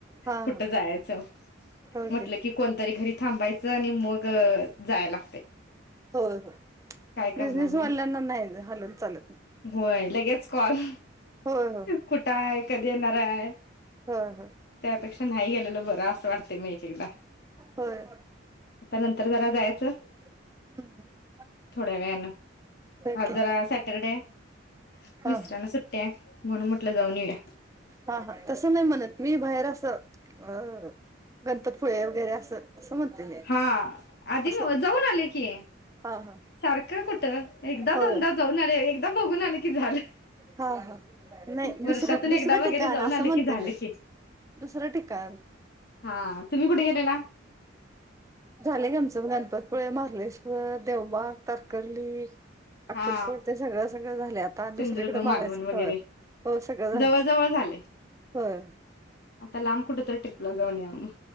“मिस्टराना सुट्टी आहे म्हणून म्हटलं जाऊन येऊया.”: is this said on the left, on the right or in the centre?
Left